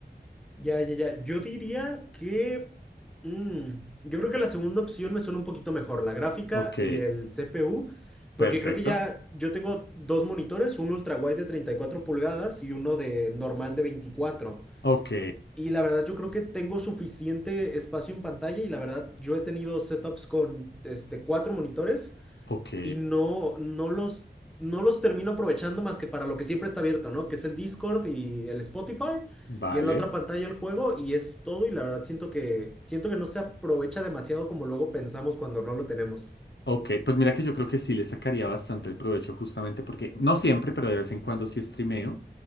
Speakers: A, in the centre; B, on the left.
A: Ya, ya, ya. Yo diría que... mm, yo creo que la segunda opción me suena un poquito mejor, la gráfica
B: Ok,
A: y el CPU, porque
B: perfecto.
A: creo que ya yo tengo dos monitores, un ultrawide de 34 pulgadas y uno de normal de veinticuatro
B: Ok,
A: Y la verdad yo creo que tengo suficiente espacio en pantalla y la verdad yo he tenido setups con este, cuatro monitores.
B: ok,
A: y no, no los, no los termino aprovechando más que para lo que siempre está abierto, ¿no? Que es el Discord y el Spotify
B: vale.
A: y en la otra pantalla el juego y es todo y la verdad siento que, siento que no se aprovecha demasiado como luego pensamos cuando no lo tenemos.
B: Ok, pues mira que yo creo que sí le sacaría bastante el provecho justamente porque no siempre, pero de vez en cuando sí streameo